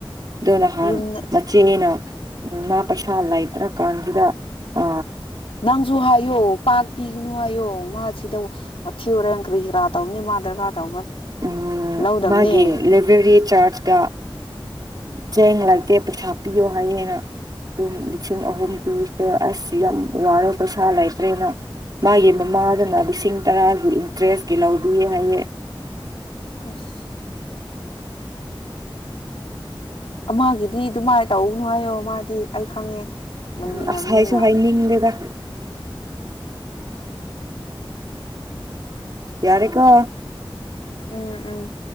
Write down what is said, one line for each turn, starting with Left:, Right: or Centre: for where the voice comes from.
Right: ꯗꯣ ꯅꯍꯥꯟ
Left: ꯌꯨꯝꯗ
Right: ꯃꯆꯤꯅꯤꯅ ꯎ ꯃꯥ ꯄꯩꯁꯥ ꯂꯩꯇ꯭ꯔꯀꯥꯟꯁꯤꯗ ꯑ
Left: ꯅꯪꯁꯨ ꯍꯥꯏꯌꯣ ꯄꯥꯛ ꯄꯤꯒꯅꯨ ꯍꯥꯏꯌꯣ ꯃꯥꯁꯤꯗ ꯋꯥꯊꯤ ꯍꯣꯔꯦꯟ ꯀ꯭ꯔꯤ ꯀꯔꯥ ꯇꯧꯕꯅꯤ ꯃꯥ ꯗꯔꯀꯥꯔ ꯇꯧꯕ
Right: ꯎꯝ
Left: ꯂꯧꯗꯕꯅꯦ
Right: ꯃꯥꯒꯤ ꯂꯦꯕꯔ꯭ꯦꯔꯤ ꯆꯥꯔꯖꯀ ꯆꯦꯡ ꯂꯩꯇꯦ ꯄꯩꯁꯥ ꯄꯤꯌꯣ ꯍꯥꯏꯌꯦꯅ ꯑꯗꯨꯝ ꯂꯤꯁꯤꯡ ꯑꯍꯨꯝ ꯄꯤꯈꯔ꯭ꯦ ꯑꯁ ꯌꯥꯝ ꯋꯥꯔꯦ ꯄꯩꯁꯥ ꯂꯩꯇ꯭ꯔꯦꯅ ꯃꯥꯒꯤ ꯃꯃꯥꯗꯨꯅ ꯂꯤꯁꯤꯡ ꯇꯔꯥꯒꯤ ꯏꯟꯇꯔꯦꯁꯀꯤ ꯂꯧꯕꯤ ꯍꯥꯏꯌꯦ
Left: ꯑꯁ ꯑꯃꯃꯒꯤꯗꯤ ꯑꯗꯨꯃꯥꯏꯅ ꯇꯧꯅꯨ ꯍꯥꯏꯌꯣ ꯃꯥꯗꯤ ꯑꯩ ꯈꯪꯉꯦ ꯂꯩꯃꯤꯟꯅꯕꯅꯤꯅ
Right: ꯎꯝ ꯑꯁ ꯍꯥꯏꯁꯨ ꯍꯥꯏꯅꯤꯡꯗꯦꯗ ꯌꯥꯔꯀꯣ
Left: ꯎꯝ ꯎꯝ